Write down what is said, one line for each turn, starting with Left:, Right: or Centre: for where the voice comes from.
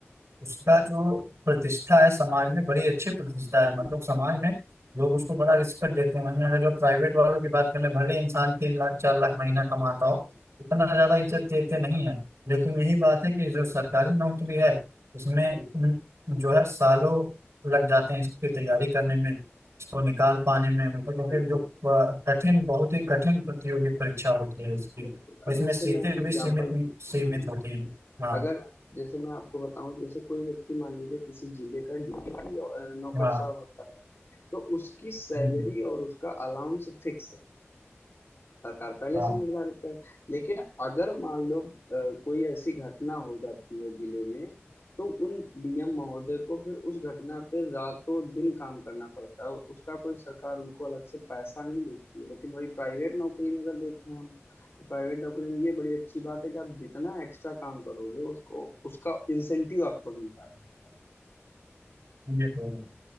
Right: उसका जो प्रतिष्ठा है समाज में बड़ी अच्छी प्रतिष्ठा है मतलब
Left: हुँ,
Right: समाज में लोग उसको बड़ा रिस्पेक्ट देते हैं वहीं अगर जो प्राइवेट वालों की बात करें भले इंसान तीन लाख चार लाख महीना कमाता हो उतना ज्यादा इज्जत देते नहीं है लेकिन यही बात है कि जो सरकारी नौकरी है उसमें उम, जो है सालों लग जाते हैं इसकी तैयारी करने में इसको निकाल पाने में मतलब क्योंकि
Left: बिल्कुल।
Right: जो अ, कठिन बहुत ही कठिन प्रतियोगी परीक्षा होती है इसकी
Left: बिल्कुल
Right: और
Left: अब
Right: इसमें
Left: जैसे
Right: सीटें
Left: मैं एक एग्जांपल
Right: भी सीमित सीमित
Left: हाँ मैं
Right: होती हैं हाँ
Left: अगर जैसे मैं आपको बताऊं जैसे कोई व्यक्ति मान लीजिए किसी जिले का डीटीपी नौकरशाह
Right: हाँ
Left: होता है तो उसकी सैलरी
Right: हम्म,
Left: और उसका अलाउंस फिक्स है सरकार पहले
Right: हाँ
Left: से निर्धारित कर लेकिन अगर मान लो अ, कोई ऐसी घटना हो जाती है जिले में तो उन डीएम महोदय को फिर उस घटना पे रातों दिन काम करना पड़ता है और उसका कोई सरकार उनको अलग से पैसा नहीं देती है लेकिन वही प्राइवेट नौकरी में अगर देखें हम तो प्राइवेट नौकरी में ये बड़ी अच्छी बात है कि आप जितना एक्स्ट्रा काम करोगे उसको उसका इंसेंटिव आपको मिलता रहेगा
Right: ये तो है।